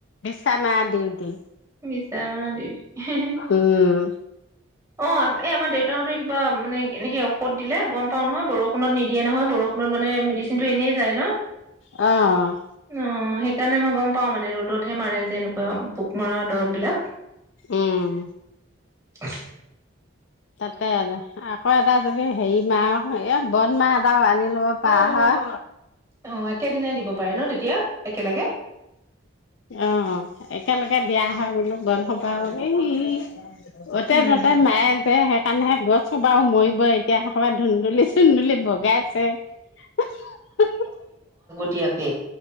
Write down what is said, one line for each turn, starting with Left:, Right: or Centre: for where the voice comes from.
Left: মাৰা দিউটি।
Right: বিচা মাৰা ডিউটি অ'
Left: উম,
Right: এই আমাৰ দেউতাহঁতে কিবা মানে এনেকে ঔষধ দিলে গম পাও নহয় বৰষুণত নিদিয়ে নহয় বৰষুণত মানে মেডিচিন টো এনেই যায় ন?
Left: অ'
Right: অ, সেইকাৰণে মই গম পাওঁ মানে ৰ'দতহে মাৰে যে এনেকুৱা পোক মৰা দৰৱ বিলাক।
Left: উম!
Right: <inaudible>
Left: তাতে, আকৌ এটা যদি হেৰি মাহ এ বদ মাহ এটাও আনি লব পাৰা হয়!
Right: অ একেদিনাই দিব পাৰে ন তেতিয়া? একেলগে
Left: অ একেলগে। দিয়া হয় বোলো <unintelligible> সুপাও <unintelligible> অতে
Right: উম
Left: ততে মায়ে যে হে <unintelligible> গছ সোপাও মৰিব এতিয়া <unintelligible> ধুন্দুলি চুন্দুলি ভগাই আছে! <unintelligible>
Right: এতিয়াকে।